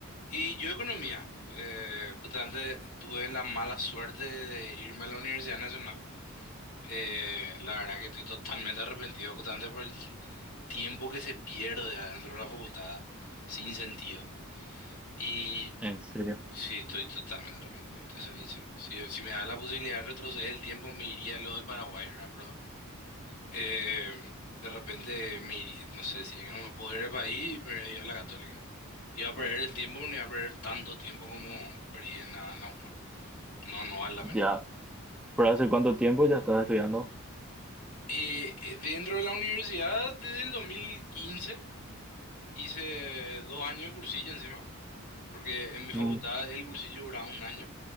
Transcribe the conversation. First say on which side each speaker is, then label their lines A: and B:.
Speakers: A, on the left; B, in the centre.
A: Y yo economía. Eh, justamente tuve la mala suerte de irme a la Universidad Nacional. Eh, la verdad que estoy totalmente arrepentido justamente por el tiempo que se pierde adentro de la facultad sin sentido. Y
B: En serio.
A: sí, estoy totalmente arrepentido, te soy sincero. Si, si me da la posibilidad de retroceder el tiempo, me iría a lo del Paraguay, ¿verdad? Eh, de repente, mi, no sé, si no me puedo ir del país, me voy a ir a la Católica. Iba a perder el tiempo, no iba a perder tanto tiempo como perdí en la, en la UNA. No, no vale la
B: Ya.
A: pena.
B: ¿Por hace cuánto tiempo ya estás estudiando?
A: Eh, eh, dentro de la universidad, desde el 2015, hice dos años de cursillo encima, porque en mi facultad
B: Mm.
A: el cursillo duraba un año.